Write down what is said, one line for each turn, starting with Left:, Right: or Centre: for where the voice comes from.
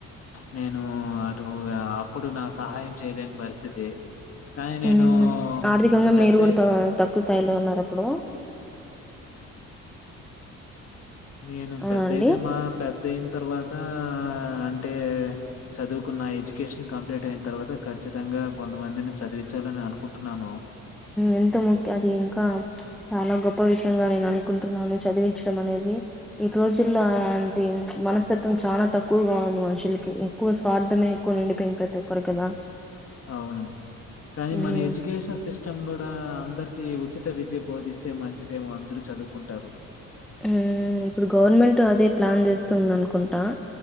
Left: ప్చ్ నేను అటు అప్పుడు నా సహాయం చేయలేని పరిస్థితి కానీ నేను
Centre: ఊఆర్థికంగా
Left: హ్మ్. పెద్దే
Centre: మీరు కూడా త తక్కువ స్థాయిలో ఉన్నారు అప్పుడు
Left: నేను
Centre: అవునా
Left: పెద్దయితే
Centre: అండి
Left: మా పెద్ దేన్ తర్వాత అంటే చదువుకున్న ఎడ్యుకేషన్ కంప్లీట్ అయిన తర్వాత ఖచ్చితంగా కొంతమందిని చదివించాలని అనుకుంటున్నాను
Centre: ఎంతో ముఖ్య అది ఇంకా ప్చ్ చాలా గొప్ప విషయంగా నేను అనుకుంటున్నాను చదివించడం అనేది ఈ రోజుల్లో అలాంటి మనస్తత్వం చాలా తక్కువగా ఉంది మనుషులకి ఎక్కువ స్వార్థమే ఎక్కువ నిండిపోయింది ప్రతి ఒక్కరికి కదా
Left: అవును కానీ
Centre: ఉమ్
Left: మన ఎడ్యుకేషన్ సి సిస్టమ్ కూడా అందరికి ఉచిత విద్య బోధిస్తే మంచిదేమో అందరూ చదువుకుంటారు.
Centre: హ్మ్ ఇప్పుడు గవర్నమెంట్ అదే ప్లాన్ చేస్తుందానుకుంటా